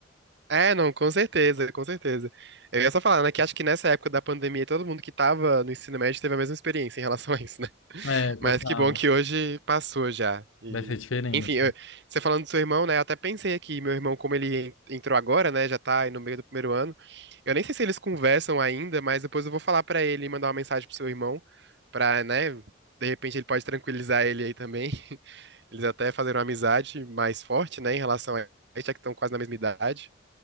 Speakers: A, on the right; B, on the left.
A: É, não, com certeza, com certeza. Eu ia só falar, né, que acho que nessa época da pandemia todo mundo que tava no ensino médio teve a mesma experiência em relação a isso, né? <laughs>
B: É, total.
A: Mas que bom que hoje passou já. E,
B: Vai ser diferente.
A: enfim, eu- você falando do seu irmão, né, eu até pensei aqui, meu irmão, como ele en- entrou agora, né, já tá aí no meio do primeiro ano, eu nem sei se eles conversam ainda, mas depois eu vou falar pra ele e mandar uma mensagem pro seu irmão, pra, né, de repente ele pode tranquilizar ele aí também. <laughs> Eles até fazer uma amizade mais forte, né, em relação a isso, já que estão quase na mesma idade.